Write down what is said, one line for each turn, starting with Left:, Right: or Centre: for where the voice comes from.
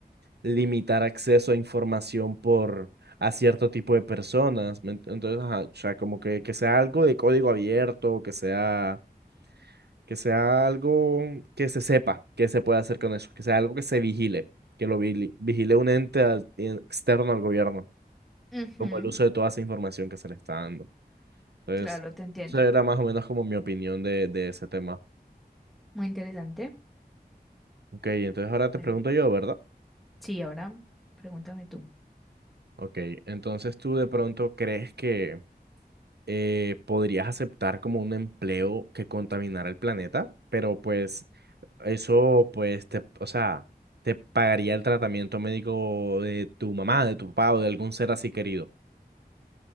Right: limitar acceso a información por a cierto tipo de personas. ¿me ent- Entonces, ajá, o sea, como que, que sea algo de código abierto, que sea, que sea algo que se sepa que se puede hacer con eso, que sea algo que se vigile, que lo vili- vigile un ente al- externo al gobierno,
Centre: Ujú.
Right: como el uso de toda esa información que se le está dando. Entonces,
Centre: Claro, te entiendo.
Right: esa era más o menos como mi opinión de, de ese tema.
Centre: Muy interesante.
Right: Ok, entonces ahora te
Centre: Bueno,
Right: pregunto yo, ¿verdad?
Centre: sí, ahora pregúntame tú.
Right: Ok, entonces tú de pronto crees que eh, podrías aceptar como un empleo que contaminara el planeta, pero pues eso, pues, te, o sea, te pagaría el tratamiento médico de tu mamá, de tu papá o de algún ser así querido.